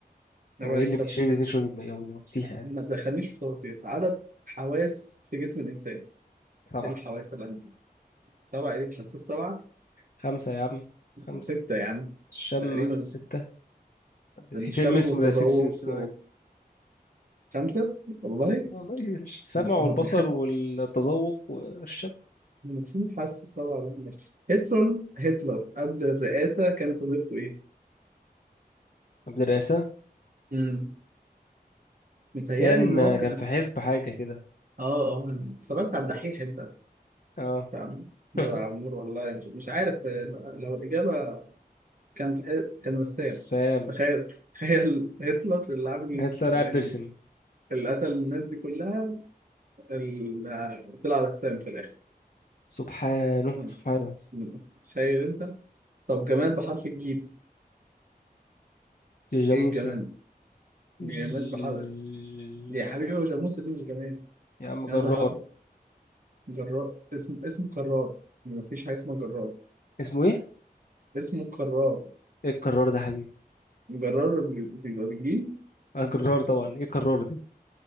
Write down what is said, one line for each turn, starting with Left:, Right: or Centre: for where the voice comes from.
Right: عيب
Left: هو
Right: عليك
Left: إيه اللي
Right: طب
Left: ميشيل ديمتريش يهودي هو مسيحي عادي
Right: ما تدخلنيش في تفاصيل عدد حواس في جسم الإنسان
Left: سبعة
Right: إيه الحواس اللي عندي؟ سبعة إيه الحاسة السبعة؟
Left: خمسة يا عم خمسة
Right: ستة يا عم
Left: الشم
Right: تقريبا
Left: ستة
Right: الشم
Left: في فيلم اسمه
Right: والتذوق
Left: ذا سيكس سنس
Right: و- خمسة والله
Left: والله السمع
Right: <laughs>
Left: والبصر والتذوق والشم
Right: في حاسة السبعة ده ماشي هتلر هتلر قبل الرئاسة كانت وظيفته إيه؟
Left: المدرسة
Right: امم متهيألي
Left: كان
Right: إن هو كان
Left: كان في حزب حاجة كده
Right: آه آه أنا اتفرجت على الدحيح أنت
Left: اه
Right: فاهم جدع
Left: <laughs>
Right: يا عمور والله مش مش عارف آه، لو الإجابة كان كان رسام
Left: السام
Right: تخيل تخيل هتلر اللي عامل ال-
Left: هتلر
Right: ال-
Left: قاعد بيرسم
Right: اللي قتل الناس دي كلها ال- طلع رسام في الآخر
Left: سبحانه
Right: مم.
Left: سبحانه
Right: مم. تخيل أنت طب جماد بحرف الجيم
Left: جاموسة
Right: إيه الجماد؟ جماد
Left: ج-
Right: بحرف يا حبيبي هو جاموسة دي مش جماد
Left: يا عم جرار
Right: جماد بحرف جرار اسم اسمه كرار مفيش حاجة اسمها جرار
Left: اسمه ايه؟
Right: اسمه كرار
Left: ايه الكرار ده يا حبيبي؟
Right: جرار بي- بيبقى بالجيم
Left: اه جرار طبعا ايه الكرار دي؟